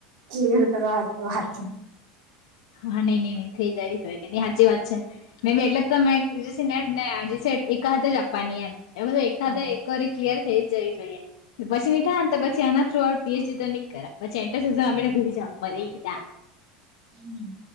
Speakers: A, on the right (about 70°); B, on the left (about 80°).
A: જીના કરવા છે વાત
B: હા નઈ નઈ નઈ થઈ જવી જો હોય સાચી વાત છે નઈ એટલે તમે બીજુ સેને આ એક હાથે આપવાની એમ એક
A: હા
B: હાથે એક કરી ક્લિયર એ જઈ જોઈએ પછી ની થાય ને તો પછી એના થ્રુ પીએચડી તો ની કર પછી એન્ટ્રસ અમેને ઘૂસી જ
A: હમ્મ.